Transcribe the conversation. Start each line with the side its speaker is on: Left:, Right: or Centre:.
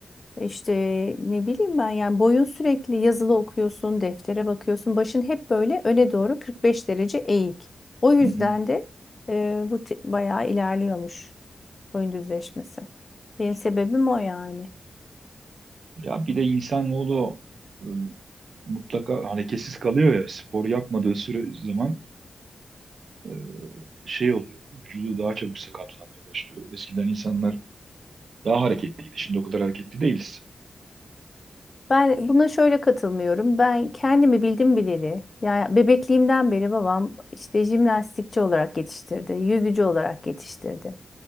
Left: e, İşte ne bileyim ben yani boyun sürekli yazılı okuyorsun, deftere bakıyorsun. Başın hep böyle öne doğru 45 derece eğik. O yüzden
Right: Hı hı.
Left: de e, bu te- bayağı ilerliyormuş boyun düzleşmesi. Benim sebebim o yani.
Right: Ya bir de insanoğlu e, mutlaka hareketsiz kalıyor ya spor yapmadığı süre zaman e, şey oluyor. Vücudu daha çabuk sakatlanmaya başlıyor. Eskiden insanlar Daha hareketliydi. Şimdi o kadar hareketli değiliz.
Left: Ben buna şöyle katılmıyorum. Ben kendimi bildim bileli, yani bebekliğimden beri babam işte jimnastikçi olarak yetiştirdi, yüzücü olarak yetiştirdi.